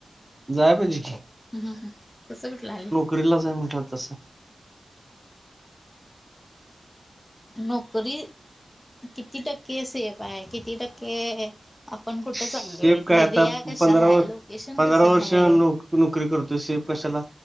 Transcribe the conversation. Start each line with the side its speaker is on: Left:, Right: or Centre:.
Right: जाय पाहिजे की.
Left: ह त कसं कुठलं आलं.
Right: गरिला जाय म्हटत तसं.
Left: नोकरी किती टक्के सेफ आहे किती टक्के आपण कुठ
Right: शेप
Left: ट चाललू आहे
Right: काय आता
Left: एरिया कसा
Right: पंधरा
Left: आहे
Right: वर्ष
Left: लोकेशन
Right: पंधरा
Left: कसं
Right: वर्ष
Left: आहे.
Right: नोक नोकरी करतोय सेफ कशाला